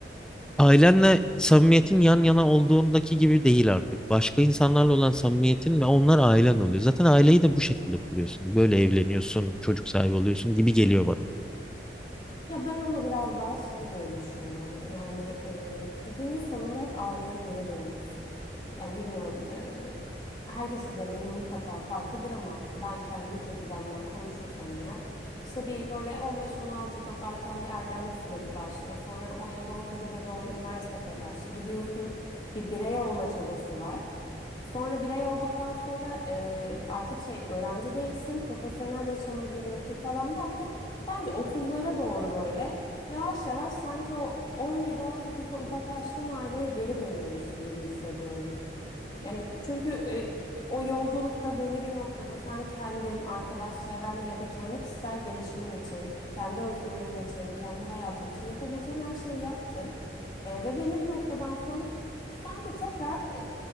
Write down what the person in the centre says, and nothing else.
Ailenle samimiyetin yan yana olduğundaki gibi değil artık. Başka insanlarla olan samimiyetin ve onlar ailen oluyor. Zaten aileyi de bu şekilde kuruyorsun. Böyle evleniyorsun, çocuk sahibi oluyorsun gibi geliyor bana.